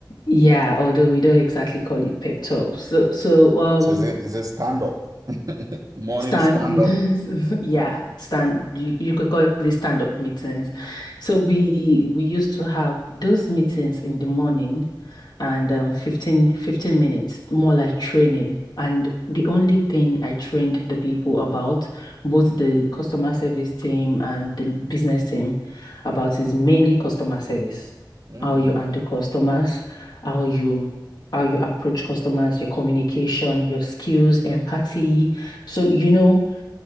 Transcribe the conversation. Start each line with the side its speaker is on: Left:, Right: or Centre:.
Left: Yeah, although we don't exactly call it pep talk. So so um
Right: So is it is it stand up? <laughs> Morning
Left: Stand,
Right: stand
Left: <laughs>
Right: up.
Left: yeah, stand. You, you could call it stand-up meetings. So we we used to have those meetings in the morning, and um, fifteen fifteen minutes, more like training. And the only thing I trained the people about, both the customer service team and the business team, about is mainly customer service.
Right: Hmm.
Left: How you handle customers, how you how you approach customers, your communication, your skills, empathy so, you know,